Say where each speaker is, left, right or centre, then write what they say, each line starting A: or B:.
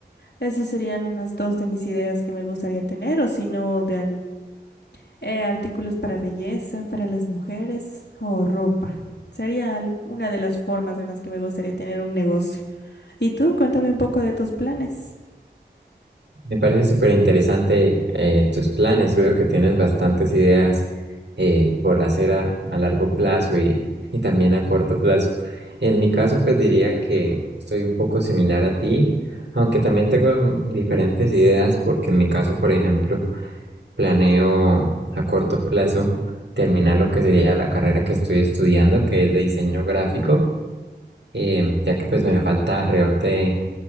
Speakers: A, on the left (about 70°); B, on the right (about 80°).
A: Esas serían unas dos de mis ideas que me gustaría tener, o si no, de al- eh, artículos para belleza, para las mujeres o ropa. Sería al- una de las formas en las que me gustaría tener un negocio. ¿Y tú? Cuéntame un poco de tus planes.
B: Me parece súper interesante eh, tus planes. Veo que tienes bastantes ideas eh, por hacer a, a largo plazo y, y también a corto plazo. En mi caso, pues diría que estoy un poco similar a ti, aunque también tengo mm, diferentes ideas porque en mi caso, por ejemplo, Planeo a corto plazo terminar lo que sería la carrera que estoy estudiando, que es de diseño gráfico, eh, ya que pues me falta alrededor de